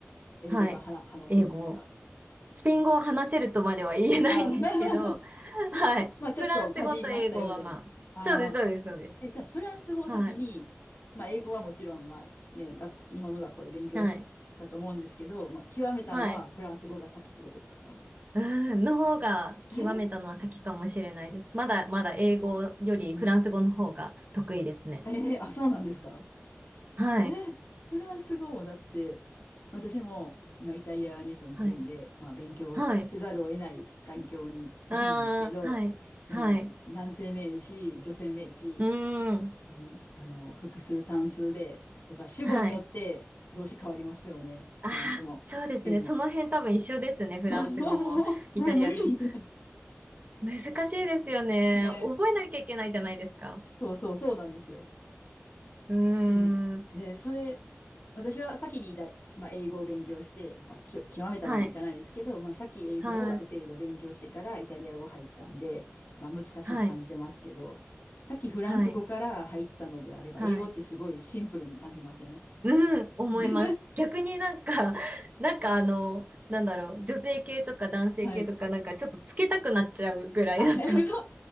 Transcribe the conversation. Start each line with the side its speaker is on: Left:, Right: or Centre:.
Left: 英語がはな話せるんですか
Right: はい。英語。スペイン語を話せるとまでは言えないんですけど、
Left: あー <laughs>
Right: はい。
Left: まあちょっとかじりましたよ、
Right: フランス語と英語はまあ、
Left: みたいな。ああ、
Right: そうです、そうです、そうです。
Left: え、え、じゃあフランス語を先に、
Right: はい。
Left: まあ英語はもちろん、まあね、学校、日本の学校で勉強したと思うんですけど、
Right: はい。
Left: まあ極めたのはフランス語が先ってことですか
Right: はい。うん、の方が極めたのは先かもしれないです。
Left: えー
Right: まだまだ英語よりフランス語の方が得意ですね。
Left: うん。えーあ、そうなんですか
Right: はい。
Left: えーフランス語もだって、私も今イタリアに住んでるんで、
Right: はい。
Left: まあ勉強せざるを得ない環境にいるんですけど、
Right: はい。ああ、はい。はい。
Left: でも男性名詞、女性名詞
Right: うーん。
Left: 何あの、複数単数で、とか、主語によって動詞変わりますよね。
Right: はい。ああ、
Left: フランスも、
Right: そうですね。
Left: スペインも。
Right: その辺多分一緒ですね。
Left: <laughs>
Right: フランス語もイタリア語も。
Left: だもう、もう無理ってなる。
Right: 難しいですよね。
Left: ね、
Right: 覚えなきゃいけないじゃないですか。
Left: そうそうそうなんですよ。
Right: うー
Left: し、
Right: ん。
Left: で、それ、私は先にだ、まあ、英語を勉強して、まあ、き、極めたまでいかないですけど、
Right: はい。
Left: まあ、先英語をある程度勉強してからイタリア語入ったんで、
Right: はい。
Left: まあ、難しく感じてますけど、
Right: はい。
Left: さっきフランス語から入ったのであれば、
Right: はい。はい。
Left: 英語ってすごいシンプルに感じません
Right: うん。思います。
Left: <laughs> ね
Right: 逆になんか、<laughs> なんかあの、なんだろう。女性系とか男性系とか、
Left: はい。
Right: なんかちょっとつけたくなっちゃうぐらい、
Left: あ、
Right: なんか
Left: <laughs> そ